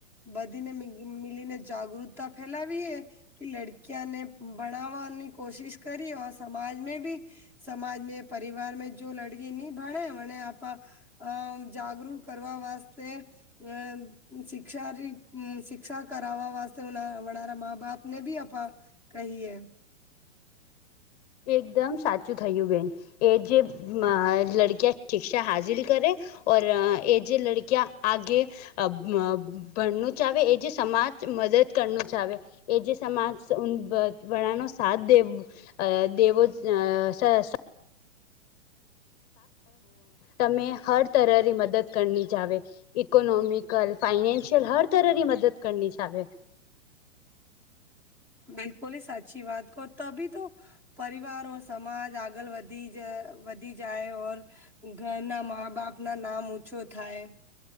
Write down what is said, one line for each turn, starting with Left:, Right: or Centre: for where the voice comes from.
Centre: બધીને મીગ મીલીને જાગૃતતા ફેલાવીએ કે લડકીયાને ભણાવાની કોશિશ કરી ઓ સમાજ મે ભી સમાજ મે પરિવાર મે જો લડકીની ભણે અને આપા અમ જાગરૂક કરવા વાસ્તે અમ શિક્ષા રી શિક્ષા કરાવા વાસ્તે ઉના વનારા માં બાપને ભી અપા કહીએ
Left: એકદમ સાચું થયું બેન, એ જે મ લડકીયા શિક્ષા હાઝિલ કરે ઓર એ જે લડકીયા આગે અ મ ભણનું ચાવે એ જે સમાજ મદદ કરનું ચાવે એ જે સમાજ ઉન ભદ ભળાનો સાથ દેબ અ દેવો અ શાશા તમે હર તરની મદદ કરની ચાવે ઇકોનોમિકલ ફાઈનેન્શિયલ હર તરની મદદ કરની ચાવે
Centre: બિલકુલી સાચી વાત કહો તભી તો પરિવાર ઓર સમાજ આગળ વધી જ વધી જાય ઓર ઘરના માં બાપના નામ ઉછો થાય.